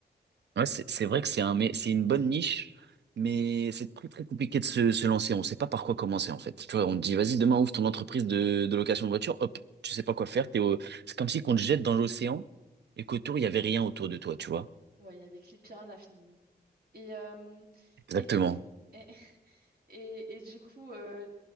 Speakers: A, on the right (about 80°); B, on the right (about 60°).
A: Ouais, c'est c'est vrai que c'est un, mais c'est une bonne niche, mais c'est très très compliqué de se, se lancer. On sait pas par quoi commencer en fait. Tu vois, on te dit vas-y demain ouvre ton entreprise de, de location de voiture. Hop, tu sais pas quoi faire. T'es au... C'est comme si qu'on te jette dans l'océan et qu'autour il y avait rien autour de toi. Tu vois.
B: Ouais, avec les piranhas finalement. Et, euh,
A: Exactement.
B: et du coup, et, <laughs> et, et du coup, euh,